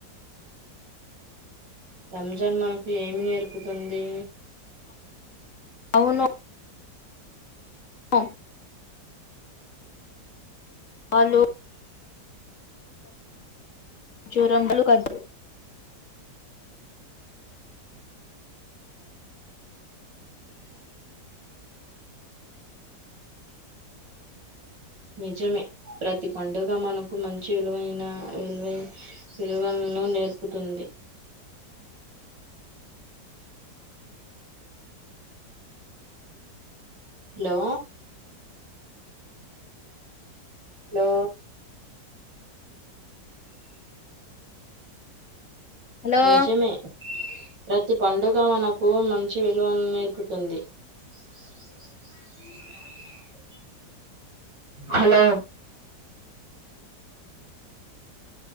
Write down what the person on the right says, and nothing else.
రంజాన్ మనకు ఏమి నేర్పుతుందీ
నిజమే ప్రతి పండుగ మనకు మంచి విలువైన విలువ విలువ ను నేర్పుతుంది హ్లో లో
నిజమే ప్రతి పండుగ మనకు మంచి విలువల్నేర్పుతుంది <unintelligible> హలో